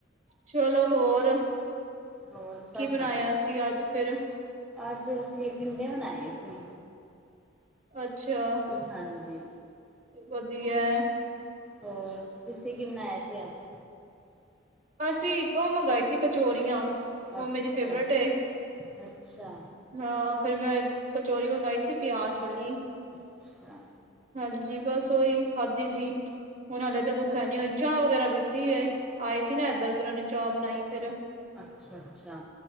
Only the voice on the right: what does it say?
ਚਲੋ ਹੋਰ,
ਕੀ ਬਣਾਏਆ
ਸੀ ਅੱਜ ਫੇਰ?
ਅੱਛਾ,
ਵਧੀਐ।
ਅਸੀ, ਇੱਕ ਓ ਮੰਗਾਈ ਸੀ ਕਚੋਰੀਆਂ। ਓ
ਮੇਰੀ ਫੇਵਰੇਟ ਏ।
ਹਾਂ ਫੇਰ ਮੈਂ ਕਚੋਰੀ ਮੰਗਵਾਈ ਸੀ ਪਿਆਜ ਵਾਲੀ।
ਹਾਂਜੀ ਬਸ ਓਈ ਖਾਧੀ ਸੀ। ਹੁਣ ਹਾਲੇ 'ਤੇ ਭੁੱਖ ਹੈ ਨੀ, ਹੂਨ ਚਾਅ ਵਗੈਰਾ ਪੀਤੀ ਏ। ਆਏ ਸੀ ਨਾ ਏਧਰ ਤੇ ਓਨਾਂ ਨੇ ਚਾਅ ਬਨਾਈ ਫੇਰ।